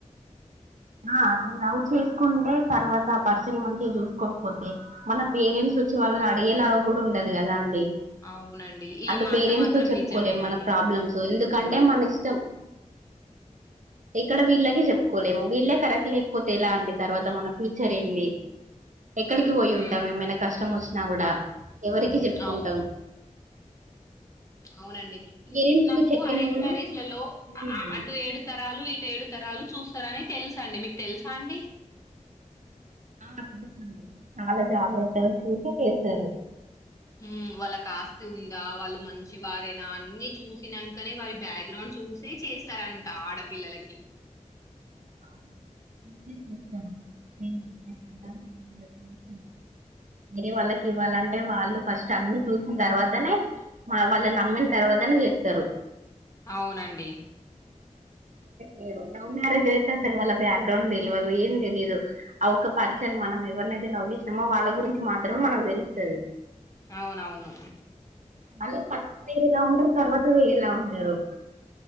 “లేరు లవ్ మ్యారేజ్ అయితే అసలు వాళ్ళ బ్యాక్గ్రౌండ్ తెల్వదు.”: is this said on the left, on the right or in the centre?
Right